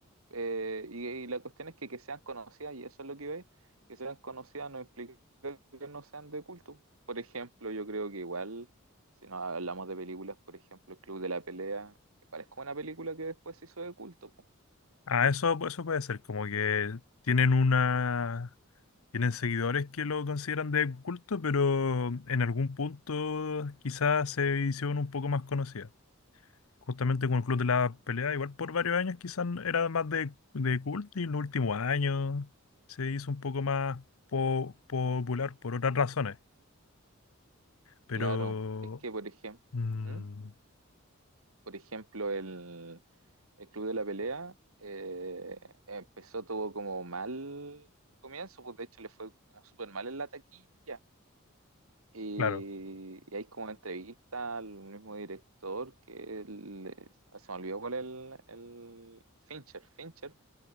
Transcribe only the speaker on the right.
Eh, y, y la cuestión es que, que sean conocidas, y eso es lo que iba a ir, que sean conocidas no implica que no sean de culto. Por ejemplo, yo creo que igual, si nos hablamos de películas, por ejemplo, El Club de la Pelea, me parece como una película que después se hizo de culto, po.
Claro, es que, por ejemplo,
¿Mm? por ejemplo, el, el Club de la Pelea eh, empezó, tuvo como mal comienzo, pues de hecho le fue como súper mal en la taquilla Y,
y hay como entrevista al mismo director que el- se me olvidó cuál es el, el Fincher, Fincher,